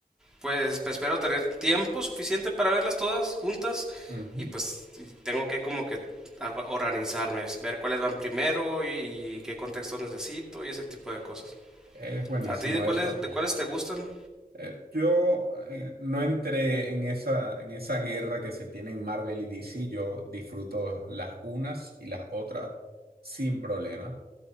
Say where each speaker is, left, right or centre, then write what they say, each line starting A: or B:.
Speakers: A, in the centre; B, on the right.
A: pues, pues, espero tener tiempo suficiente para verlas todas juntas
B: Ujú.
A: y pues tengo que como que arg- organizarme, es ver cuáles van primero y, y qué contextos necesito y ese tipo de cosas.
B: Es buenísimo
A: ¿A ti de cuáles
B: eso.
A: de cuáles te gustan?
B: Eh, yo eh, no entré en esa, en esa guerra que se tiene en Marvel y DC. Yo disfruto las unas y las otras sin problema.